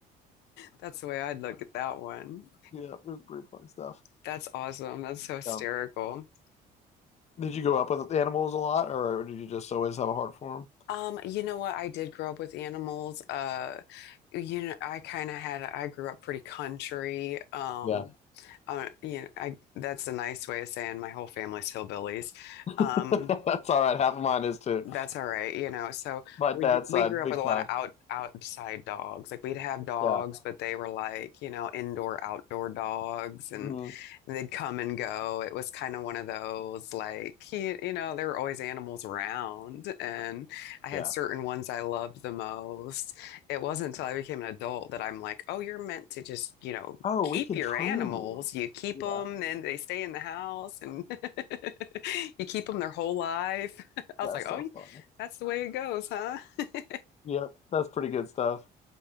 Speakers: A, on the left; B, on the left.
A: That's the way I'd look at that one.
B: yeah, it was pretty funny stuff.
A: That's awesome. That's so hysterical.
B: Yeah. Did you go up with the animals a lot, or did you just always have a heart for them?
A: Um, you know what? I did grow up with animals. Uh, you know, I kind of had, I grew up pretty country. Um,
B: Yeah,
A: uh, you know, I that's a nice way of saying my whole family's hillbillies.
B: <laughs>
A: Um,
B: that's all right. Half of mine is too.
A: That's all right, you know. So
B: My
A: we
B: dad's
A: gr- we
B: side,
A: grew up
B: big
A: with a lot
B: time.
A: of out outside dogs. Like we'd have dogs,
B: Yeah.
A: but they were like, you know, indoor outdoor dogs and
B: hmm
A: they'd come and go. It was kind of one of those like you, you know, there were always animals around and I had
B: Yeah.
A: certain ones I loved the most. It wasn't until I became an adult that I'm like, "Oh, you're meant to just, you know,
B: Oh, we
A: keep
B: can
A: your
B: train
A: animals.
B: you.
A: You keep
B: Yeah,
A: them and they stay in the house and <laughs> you keep them their whole life." <laughs> I was
B: that's
A: like, oh,
B: so funny.
A: that's the way it goes, huh? <laughs>
B: Yep, that's pretty good stuff.